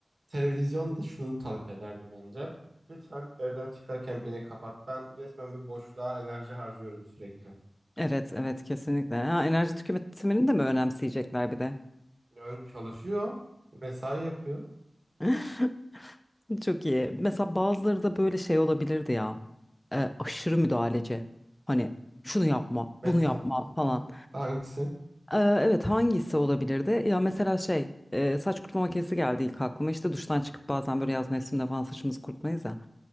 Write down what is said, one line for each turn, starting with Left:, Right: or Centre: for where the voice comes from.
Right: televizyon da şunu talep ederdi bence. Lütfen evden çıkarken beni kapat. Ben resmen bir boşluğa enerji harcıyorum sürekli.
Left: evet, evet kesinlikle. Ha, enerji tüketimini de mi önemseyecekler bir de?
Right: Yani çalışıyor. Mesai yapıyor.
Left: <laughs> Çok iyi. Mesela bazıları da böyle şey olabilirdi ya. E, aşırı müdahaleci. Hani şunu yapma,
Right: Mesela
Left: bunu yapma
Right: e,
Left: falan.
Right: ha- hangisi?
Left: E, evet hangisi olabilirdi? Ya mesela şey e, saç kurutma makinesi geldi ilk aklıma. İşte duştan çıkıp bazen böyle yaz mevsiminde falan saçımızı kurutmayız ya.